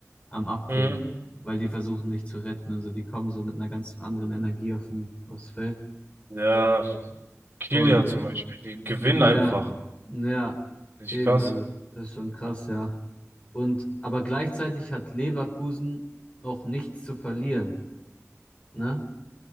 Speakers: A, on the left (about 25°); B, on the right (about 40°).
A: am Abgehen,
B: Mhm.
A: weil die versuchen sich zu retten. Also die kommen so mit einer ganz anderen Energie auf den, aufs Feld.
B: Ja. Kilia
A: Und
B: zum Beispiel, die gewinnen
A: ja,
B: einfach.
A: ja,
B: Nicht
A: eben,
B: krass.
A: also das ist schon krass, ja. Und aber gleichzeitig hat Leverkusen auch nichts zu verlieren, ne?